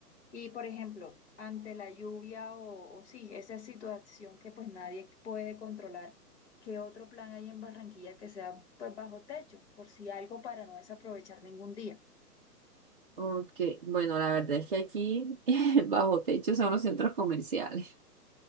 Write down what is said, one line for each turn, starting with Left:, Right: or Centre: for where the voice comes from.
Left: y por ejemplo, ante la lluvia o, o sí, esa situación que pues nadie puede controlar, ¿qué otro plan hay en Barranquilla que sea pues bajo techo, por si algo para no desaprovechar ningún día?
Right: Ok, bueno, la verdad es que aquí <laughs> bajo techo son los centros comerciales.